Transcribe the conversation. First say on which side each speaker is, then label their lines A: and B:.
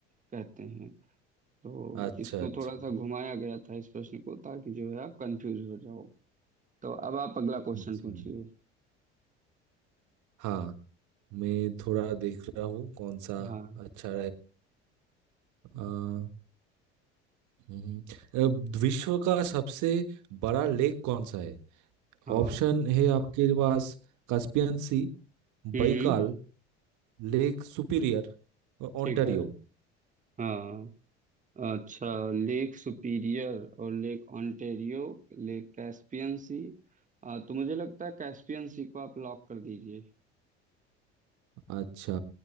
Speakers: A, on the right (about 20°); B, on the right (about 55°).
A: कहते हैं तो
B: अच्छा
A: इसको
B: अच्छा
A: थोड़ा सा घुमाया गया था इस प्रश्न को ताकि जो है आप कंफ्यूज हो जाओ तो अब आप अगला क्वेश्चन
B: अच्छा
A: पूछिए
B: हाँ मैं थोड़ा देख रहा हूँ कौन सा
A: हाँ
B: अच्छा रहेगा हम्म, अ, विश्व का सबसे बड़ा लेक कौन सा है
A: हाँ
B: ऑप्शन है आपके पास Caspian sea
A: हम्म
B: Baikal lake Superior और ओंटारियो
A: ठीक है हाँ अच्छा लेक सुपीरियर और लेक ओंटेरियो लेक कैस्पियन सी आ, तो मुझे लगता है कैस्पियन सी को आप लॉक कर दीजिए
B: अच्छा